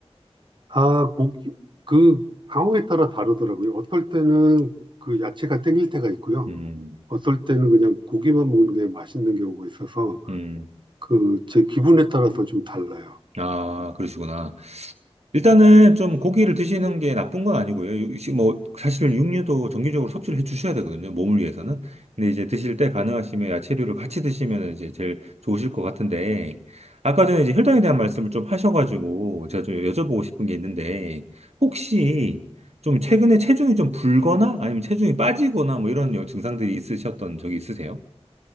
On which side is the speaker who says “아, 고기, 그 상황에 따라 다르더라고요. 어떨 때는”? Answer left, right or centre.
Right